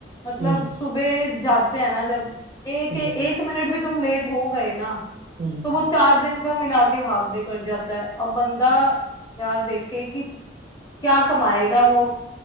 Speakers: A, on the left (about 20°); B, on the right (about 45°).
A: मतलब
B: हम्म
A: सुबह जाते हैं ना जब एक
B: हम्म
A: एक मिनट भी तुम लेट हो गए ना
B: हम्म
A: तो वो चार दिन का मिला के हाफ डे कट जाता है अब बंदा यार देखे कि क्या कमाएगा वो